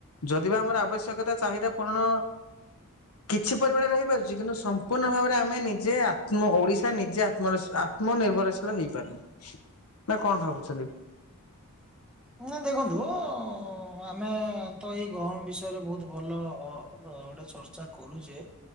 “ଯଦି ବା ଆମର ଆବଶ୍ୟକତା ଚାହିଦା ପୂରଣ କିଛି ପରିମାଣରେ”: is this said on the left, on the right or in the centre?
Left